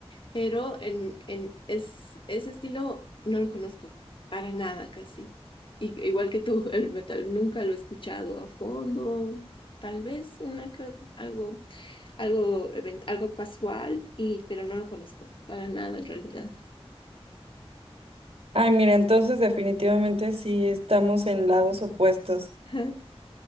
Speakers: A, on the left; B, on the right.
A: pero en, en es, ese estilo no lo conozco para nada casi. Y, igual que tú, <laughs> el metal nunca lo he escuchado a fondo, tal vez una que, ot- algo, algo, event- algo casual, y, pero no lo conozco para nada en realidad.
B: Ay, mira, entonces definitivamente sí estamos en lados opuestos.
A: <laughs>